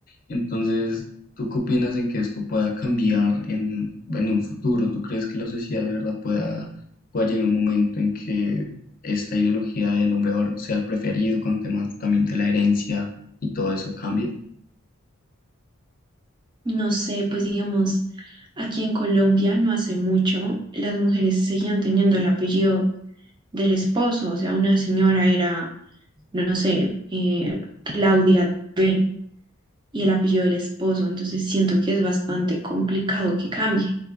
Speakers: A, on the left; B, on the right.
A: entonces, ¿tú qué opinas en que esto pueda cambiar en, en un futuro? ¿Tú crees que la sociedad de verdad pueda, pueda llegar un momento en que esta ideología del hombre varón sea el preferido con temas también de la herencia y todo eso cambie?
B: No sé, pues digamos, aquí en Colombia no hace mucho las mujeres seguían teniendo el apellido del esposo, o sea, una señora era no sé, eh, Claudia B. y el apellido del esposo. Entonces siento que es bastante complicado que cambie.